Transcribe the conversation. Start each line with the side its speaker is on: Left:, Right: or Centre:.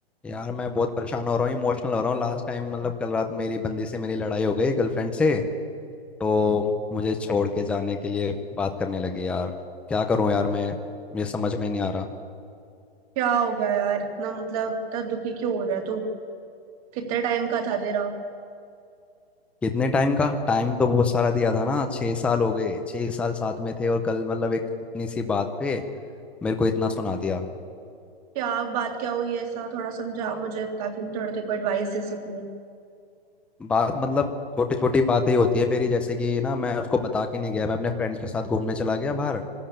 Centre: यार मैं बहुत परेशान हो रहा हूँ इमोशनल हो रहा हूँ लास्ट टाइम मतलब कल रात मेरी बंदी से मेरी लड़ाई हो गई गर्लफ्रेंड से तो मुझे छोड़ के जाने के लिए बात करने लगी यार क्या करूँ यार मैं मुझे समझ में नहीं आ रहा
Right: क्या हो गया यार इतना मतलब इतना दुखी क्यों हो रहा है तू कितने टाइम का था तेरा
Centre: कितने टाइम का टाइम तो बहुत सारा दिया था ना छह साल हो गए छह साल साथ में थे और कल मतलब एक इतनी सी बात पे मेरे को इतना सुना दिया
Right: क्या बात क्या हुई ऐसा थोड़ा समझा मुझे ताकि मैं थोड़ा तेरे को एडवाइस दे सकूं
Centre: बात मतलब छोटी छोटी बातें ही होती है मेरी जैसे कि ना मैं उसको बता के नहीं गया मैं अपने फ्रेंड्स के साथ घूमने चला गया बाहर